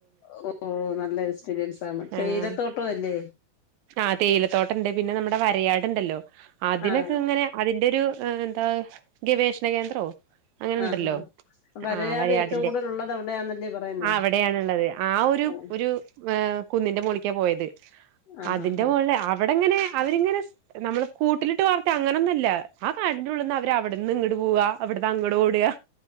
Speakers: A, on the left; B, on the right.
A: ഓ നല്ല എക്സ്പീരിയൻസ് താണ് തേയിലത്തോട്ടോല്ലേ
B: ആഹ് ആ തേയിലത്തോട്ടണ്ട് പിന്നെ നമ്മുടെ വരയാട്ണ്ടല്ലോ അതിനൊക്കെ
A: ആഹ്
B: ഇങ്ങനെ അതിന്റെ ഒരു ആ എന്താ ഗവേഷണകേന്ദ്രോ? അങ്ങനെണ്ടല്ലോ
A: ആഹ് ആഹ് വരയാട്
B: ആ വരയാടിന്റെ
A: ഏറ്റവും കൂടുതൽ ഉള്ളത് അവിടെയാന്നല്ലേ പറയുന്നേ
B: ആ അവിടെയാണ്ള്ളത് ആ ഒരു
A: ഓഹ്
B: ഒരു ഏ കുന്നിന്റെ മോളിക്കാ പോയത്
A: ആഹ്
B: അതിന്റെ
A: ആഹ്
B: മുകളില് അവിടെങ്ങനെ അവരിങ്ങനെ നമ്മള് കൂട്ടിലിട്ട് വാളർത്തി അങ്ങനൊന്നുഅല്ല ആ കാടിന്റെ ഉള്ളിന്ന് അവര് അവിടന്ന് ഇങ്ങട് പോവാ അവിടുന്ന് അങ്ങട് ഓടാ